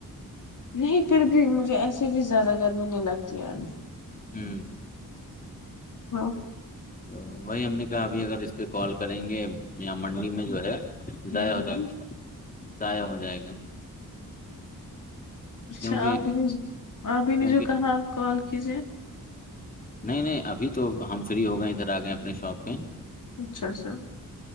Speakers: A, on the left; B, on the left.
A: نہیں پھر بھی مجھے ایسے بھی زیادہ گرمی نہیں لگتی آج
B: ہوں
A: ہاں
B: تو وہی ہم نے کہا ابھی اگر اس کے کال کریں گے منڈی میں جو ہے
A: ہوں
B: ضائع ہو
A: ہوں
B: جائے ضائع ہو جائے گا <inaudible>
A: اچھا
B: کیونکہ
A: آپ ہی نے آپ ہی
B: کیونکہ
A: نے جو کہا کال کیجئے
B: نہیں نہیں ابھی تو ہم فری ہو گئے ادھر آ گئے اپنے شاپ پہ
A: اچھا اچھا